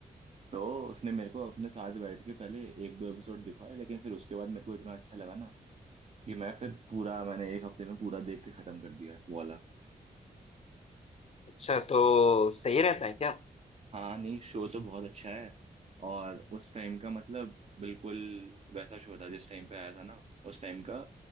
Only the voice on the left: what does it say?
अच्छा तो सही रहता है क्या